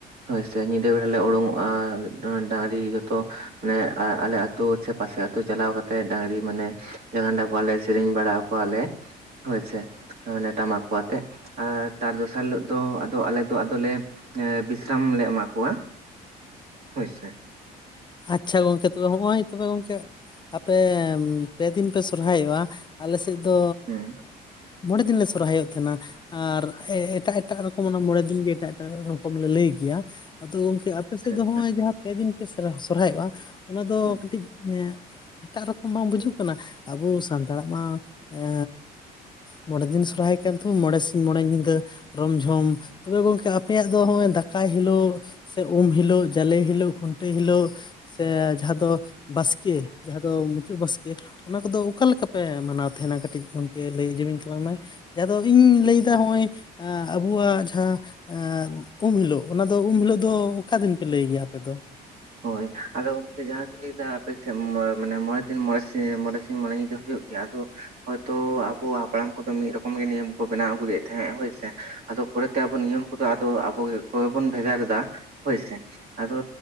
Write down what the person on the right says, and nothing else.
ᱦᱳᱭ ᱥᱮ ᱧᱤᱫᱟᱹ ᱵᱮᱲᱟ ᱞᱮ ᱳᱲᱳᱝᱚᱜᱼᱟ ᱰᱟᱝᱨᱤ ᱡᱚᱛᱚ ᱢᱟᱱᱮ ᱟ ᱟᱞᱮ ᱟᱛᱳ ᱯᱟᱥᱮ ᱟᱹᱛᱳ ᱪᱟᱞᱟᱣ ᱠᱟᱛᱮᱜ ᱰᱟᱝᱨᱤ ᱢᱟᱱᱮ ᱡᱟᱸᱜᱟᱱᱱᱟ ᱠᱚᱣᱟᱞᱮ ᱥᱮᱨᱮᱧ ᱵᱟᱲᱟᱣ ᱠᱚᱣᱟᱞᱮ᱾ ᱦᱳᱭᱥᱮ ᱟᱱᱮ ᱴᱟᱢᱟᱠ ᱠᱚ ᱟᱛᱮᱜ ᱟᱨ ᱛᱟᱨ ᱫᱚᱥᱟᱨ ᱦᱤᱞᱳ ᱫᱚ ᱫᱚ ᱟᱞᱮ ᱫᱚ ᱟᱫᱚᱞᱮ ᱮᱸ ᱵᱤᱥᱨᱟᱢ ᱞᱮ ᱮᱢᱟ ᱠᱚᱣᱟ ᱦᱳᱭᱥᱮ᱾
ᱦᱩᱸ
ᱟᱪᱪᱷᱟ
ᱟᱪᱪᱷᱟ
ᱦᱩᱸ
ᱦᱳᱭ ᱟᱫᱚ ᱜᱚᱝᱠᱮ ᱡᱟᱦᱟᱸ ᱵᱤᱱ ᱞᱟᱹᱭᱮᱫᱟ ᱟᱯᱮ ᱥᱮᱜ ᱢᱟᱱᱮ ᱢᱚ ᱫᱤᱱ ᱢᱚᱸᱬᱮ ᱥᱤᱧ ᱢᱚᱸᱬᱮ ᱥᱤᱧ ᱢᱚᱸᱬᱮ ᱧᱤᱫᱟᱹ ᱦᱳᱭᱳᱜ ᱜᱮᱭᱟ ᱟᱫᱚ ᱦᱚᱭᱛᱳ ᱟᱵᱚ ᱦᱟᱯᱲᱟᱢ ᱠᱚᱫᱚ ᱢᱤᱜ ᱨᱚᱠᱚᱢ ᱜᱮ ᱱᱤᱭᱚᱢ ᱠᱚ ᱵᱮᱱᱟᱣ ᱟᱹᱜᱩ ᱞᱮᱜ ᱛᱟᱦᱮᱸᱜ ᱦᱳᱭᱥᱮ, ᱟᱫᱚ ᱯᱚᱨᱮ ᱛᱮ ᱟᱵᱚ ᱱᱤᱭᱚᱢ ᱠᱚᱫᱚ ᱟᱵᱚ ᱠᱚᱜᱮ ᱵᱚᱱ ᱵᱷᱮᱜᱟᱨ ᱫᱟ ᱦᱳᱭᱥᱮ ᱟᱫᱚ